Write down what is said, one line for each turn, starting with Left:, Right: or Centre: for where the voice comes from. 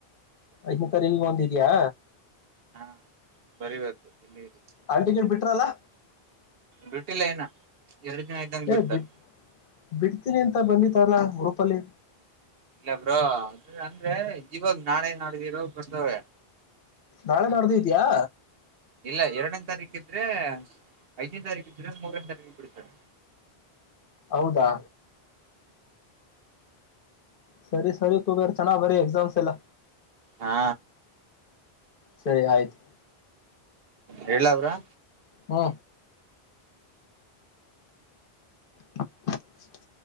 Left: ಐದನೆ ತಾರೀಖು ಒಂದದೀಯಾ.
Right: ಹಾ ಬರಿಬೇಕು ಇಲ್ಲಿ ಇದೆ.
Left: ಹಾಲಟಿಕೀಟ್ ಬಿಟ್ರಲ್ಲಾ
Right: ಬಿಟ್ಟಿಲ್ಲ ಇನ್ನ ಎರಡು ದಿನ ಇದ್ದಂಗ
Left: ಏ
Right: ಬಿಡ್ತಾರ.
Left: ಬಿಟ್ ಬಿಡ್ತೀನಿ ಅಂತ ಬಂದಿತಲ್ಲಾ ಗ್ರೂಪಲ್ಲಿ.
Right: ಇಲ್ಲ ಬ್ರೋ ಅಂದ್ರೆ ಅಂದ್ರೆ ಇವಾಗ ನಾಳೆ ನಾಡ್ದ ಇರೋ ಬರ್ತವೆ
Left: ನಾಳೆ ನಡ್ದ ಇದಯಾ
Right: ಇಲ್ಲ ಎರಡನೇ ತಾರೀಕ ಇದ್ರೆ ಐದನೇ ತಾರೀಕು ಇದ್ರೆ ಮೂರನೇ ತಾರೀಕು ಬಿಡ್ತಾರೆ.
Left: ಹೌದಾ ಸರಿ ಸರಿ ಕುಭೆರ್ ಚೆನ್ನಾಗಿ ಬರಿ ಎಕ್ಸಾಮ್ಸ್ ಎಲ್ಲ.
Right: ಹಾ
Left: ಸರಿ ಆಯ್ತು.
Right: ಹೇಳಲ್ಲಾ ಬ್ರೋ.
Left: ಹು. ಟಕ್ ಟಕ್